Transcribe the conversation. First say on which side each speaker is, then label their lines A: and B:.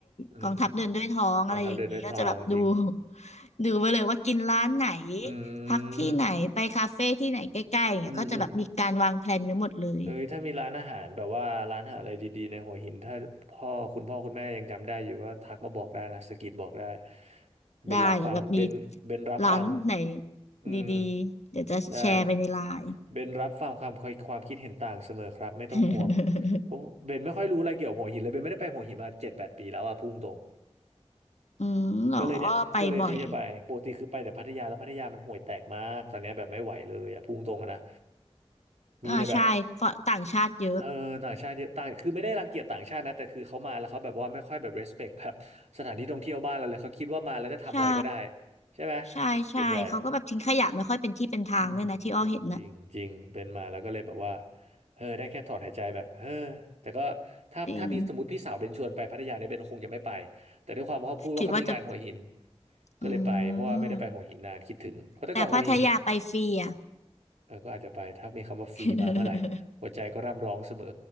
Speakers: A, on the right; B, on the left.
A: อืม
B: กองทัพเดินด้วยท้องอะไรอย่างนี้ก็จะแบบดู
A: รองเท้าเดินด้วยทองจริง
B: <laughs> ดูไปเลยว่ากินร้านไหน
A: อื
B: พักที่ไหนไปคาเฟ่ที่ไหนใกล้ๆอย่างเงี้ยก็จะแบบมีการวางแผนไว้หมดเลย
A: มอืมอืมเอ้ยถ้ามีร้านอาหารแบบว่าร้านอาหารอะไรดีๆในหัวหินถ้าพ่อคุณพ่อคุณแม่ยังจำได้อยู่ก็ทักมาบอกได้นะสะกิดบอกได้เป็นรับฟังเป็นเป็นรับฟัง
B: ได้เดี๋ยวแบบมีร้านไหน
A: อืม
B: ดีๆเดี๋ยวจะแชร์ไปในไลน์
A: ใช่ เบนรับฟังความความคิดเห็นต่างเสมอครับไม่ต้องห่วง
B: <laughs>
A: เพราะเบนไม่ค่อยรู้อะไรเกี่ยวกับหัวหินเลยเบนไม่ได้ไปหัวหินมาเจ็ดแปดปีแล้วอะพุ่งตรง
B: อืมเหรอ
A: ก็เลยเนี่ยก็เลยที่จะไปปกติคือไปแต่พัทยาแล้วพัทยามันห่วยแตกมากตอนเนี้ยแบบไม่ไหวเลยอะพุ่งตรงอะนะ
B: ไปบ่อย
A: มีแต่แบบ
B: อ่าใช่ฝรั่งต่างชาติเยอะ
A: เออต่างชาติเยอะต่างคือไม่ได้รังเกียจต่างชาตินะแต่คือเขามาแล้วเขาแบบว่าไม่ค่อยแบบ respect แบบสถานที่ท่องเที่ยวบ้านเราเลยเขาคิดว่ามาแล้วจะทำอะไรก็ได้
B: ใช่
A: ใช่ไหม
B: ใช่ใช่เขาก็แบบทิ้งขยะไม่ค่อยเป็นที่เป็นทางด้วยนะที่อ้อเห็นนะ
A: ส่วนใหญ่ อืมจริงจริงจริงเป็นมาแล้วก็เลยแบบว่าเออได้แค่ถอนหายใจแบบเออแต่ก็ถ้าถ้าพี่สมมติพี่สาวเบนชวนไปพัทยาเนี่ยเบนคงจะไม่ไป
B: จริง
A: แต่ด้วยความว่าเขาพูดว่าเขามีงานหัวหิน
B: คิดว่าจะ
A: ก็เลยไปเพราะว่าไม่ได้ไปหัวหินนานคิดถึงเพราะแต่ก่อนหัวหินอ่ะ
B: อืมแต่พัทยาไปฟรีอ่ะ
A: เออก็อาจจะไปถ้ามีคำว่าฟรีมาเมื่อไหร่หัวใจก็ร่ำร้องเสมอ
B: <laughs>